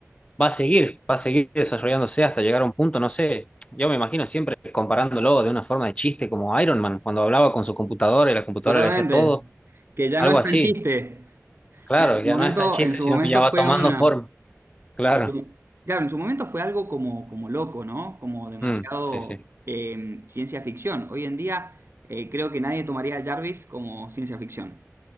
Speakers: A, on the left; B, on the right.
A: va a seguir, va a seguir desarrollándose hasta llegar a un punto, no sé. Yo me imagino siempre comparándolo de una forma de chiste, como Iron Man, cuando hablaba con su computadora y la computadora
B: Totalmente.
A: le hacía todo,
B: Que ya
A: algo
B: no es
A: así.
B: tan chiste.
A: Claro,
B: En su
A: ya
B: momento,
A: no es tan chiste,
B: en su
A: sino
B: momento
A: que ya va
B: fue
A: tomando
B: una...
A: forma. Claro,
B: En su- claro, en su momento fue algo como, como loco, ¿no? Como demasiado
A: Mm, sí, sí.
B: eh, ciencia ficción. Hoy en día eh, creo que nadie tomaría a Jarvis como ciencia ficción.